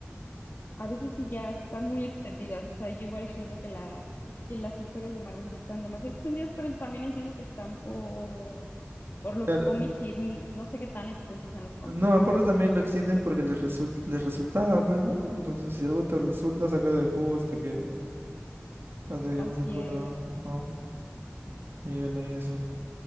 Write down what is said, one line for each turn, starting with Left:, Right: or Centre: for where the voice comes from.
Left: a veces sí ya están muy extendidas, o sea, yo igual siento que la, que las historias de Marvel ya están demasiado extendidas, pero también entiendo que están por, por los
Right: Claro,
Left: cómics y n- no sé qué tan extensos sean los cómics.
Right: no, aparte también lo extienden porque les resulta, les resultaba, pues, ¿no? Entonces, si algo te resulta, saca del jugo hasta que, hasta que ya
Left: Así
Right: no se pueda,
Left: es.
Right: ¿no? Y bueno, y eso.